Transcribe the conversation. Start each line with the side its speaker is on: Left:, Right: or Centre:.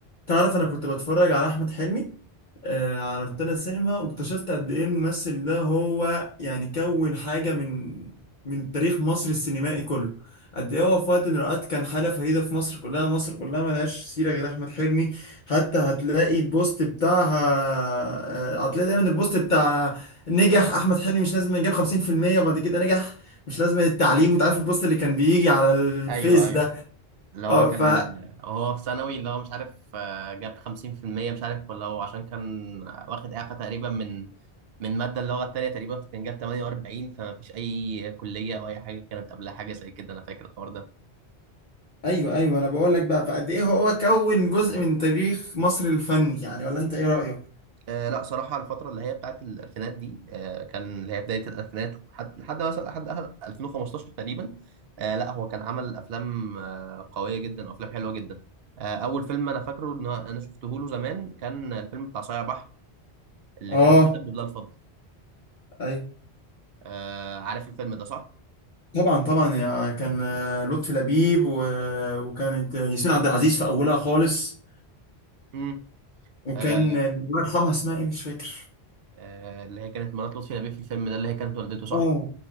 Left: تعرف انا كنت بتفرج على احمد حلمي آه، على روتانا السينما واكتشفت قد ايه الممثل ده هو يعني كون حاجه من من تاريخ مصر السينمائي كله قد ايه هو في وقت من الاوقات كان حاله فريده في مصر كلها مصر كلها ملهاش سيره غير احمد حلمي حتى هتلاقي البوست بتاعها آه، هتلاقي دايما البوست بتاع نجح احمد حلمي مش لازم جاب 50% وبعد كده نجح مش لازم التعليم وانت عارف البوست اللي كان بيجي على الفيس
Right: ايوه ايوه
Left: ده
Right: اللي
Left: اه
Right: هو
Left: ف
Right: كان هو في ثانوي اللي هو مش عارف آه، جاب 50% مش عارف ولا هو عشان كان واخد إعفاء تقريبا من من مادة اللغة التانية تقريبا كان جاب 48 فما فيش أي كلية أو أي حاجة كانت قبلها حاجة زي كده أنا فاكر الحوار ده
Left: ايوه ايوه انا بقول لك بقى فقد ايه هو كون جزء من تاريخ مصر الفني يعني ولا انت ايه رأيك
Right: آه لا صراحة الفترة اللي هي بتاعت الألفينات دي آه كان اللي هي بداية الألفينات حد- لحد مثلا لحد آخر 2015 تقريبا آه لا هو كان عمل أفلام آه قوية جدا وأفلام حلوة جدا آه، اول فيلم انا فاكره ان انا شفته له زمان كان الفيلم بتاع صايع بحر اللي
Left: اه
Right: كان كاتب لله الفضل
Left: ايوه
Right: آه عارف الفيلم ده صح؟
Left: طبعا طبعا يا- كان آه، لطفي لبيب و- وكانت آه، ياسمين عبد العزيز في اولها خالص
Right: امم
Left: وكان
Right: آه
Left: آه، الله يرحمها اسمها ايه مش فاكر
Right: آه اللي هي كانت مرات لطفي لبيب في الفيلم ده اللي هي كانت والدته صح؟
Left: اه